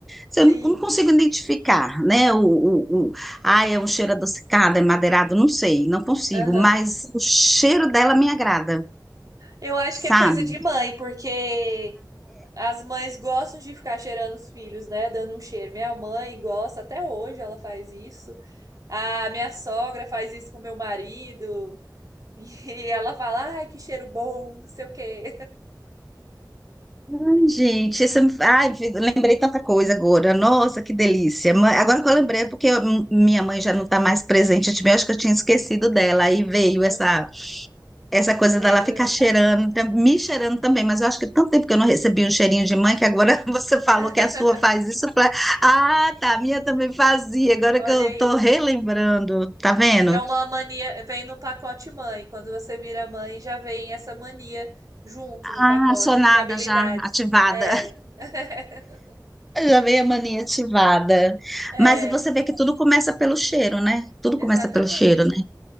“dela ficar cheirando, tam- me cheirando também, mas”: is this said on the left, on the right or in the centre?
Centre